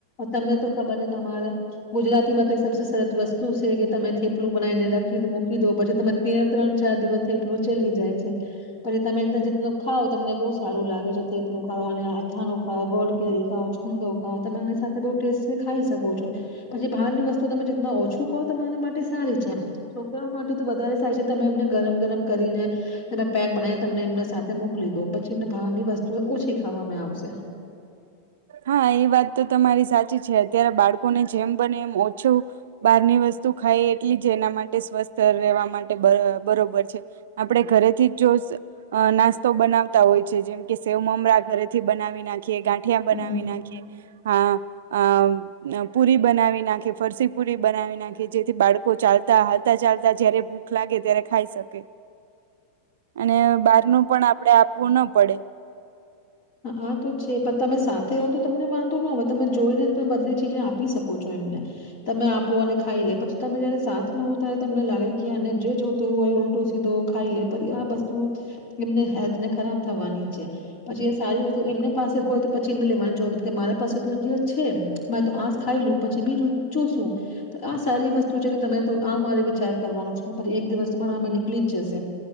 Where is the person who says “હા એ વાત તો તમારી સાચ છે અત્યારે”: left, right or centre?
Right